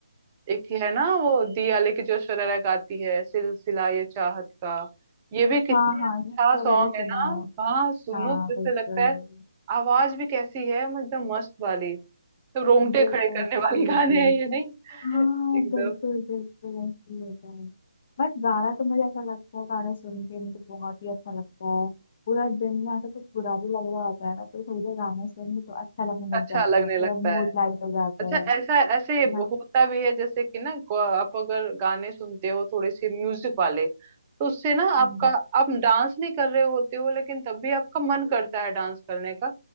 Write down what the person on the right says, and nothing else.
एक ये है ना वो दियाले की जो शरारा गाती है सिलसिला ये चाहत का ये भी कितने
अच्छा
सॉन्ग
है ना
हाँ सुनो
तो जैसे
लगता है आवाज भी कैसी है मतलब एकदम मस्त वाली तो रोंगटे
खड़े करने
वाली <laughs> गाने हैं ये नहीं
एकदम
अच्छा
लगने
लगता
है
अच्छा
ऐसा ऐसे
होता भी है जैसे कि ना ग- आप अगर गाने सुनते हो थोड़े से म्यूजिक वाले तो उससे ना
आपका आप डांस नहीं कर रहे होते हो लेकिन तब भी आपका मन करता है डांस करने का